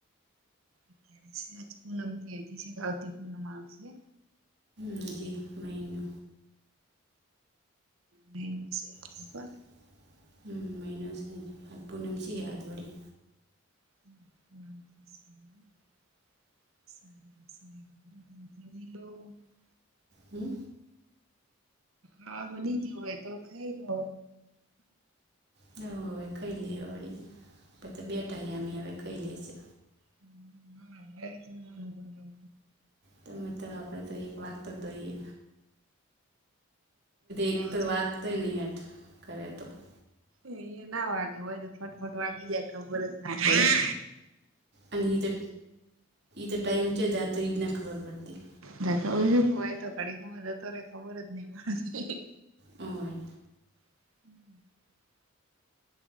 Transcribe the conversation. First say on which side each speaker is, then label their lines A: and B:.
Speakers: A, on the right; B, on the right.
A: અત્યારે આ પૂનમ છે, વતી પૂનમ આવશે.
B: નથી, મહનું.
A: બેન છે. હજી
B: હ,
A: પણ
B: મઇનાસ આ પૂનમ સે યાદ વળી.
A: <unintelligible> <unintelligible>
B: હમ.
A: હા, બની જાય હોય તો, ખાઈ લો.
B: હવે હવે ખાઈ લઇ હ વળીને, બધા બેટા અહીંયામી હવે ખાઈ લે છે.
A: <unintelligible>
B: તમે તો આપણેે તો એક વાત તો દોઈએ.
A: બ્લાઉઝ
B: એક તો વાગતોય
A: કટિંગ
B: નહ અટ કરે તો <unintelligible>
A: એ ના વાગે હોય, તો ફટફટ વાગી જાય, ખબર જ ના પડે ‌.
B: અને ઇ તો તો ટાઈમ ચ્યા જતો, એ જ નથી, ખબર પડતી.
A: ના કજું કય તો કડી ગમાં જતો રે ખબર જ નહ પડતી <unintelligible>
B: હોય.
A: <unintelligible>